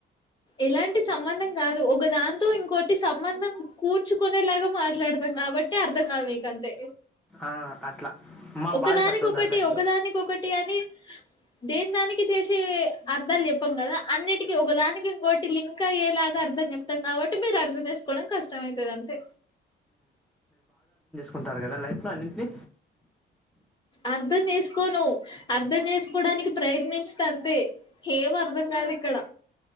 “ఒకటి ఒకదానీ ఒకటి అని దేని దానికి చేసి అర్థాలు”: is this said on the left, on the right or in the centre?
Left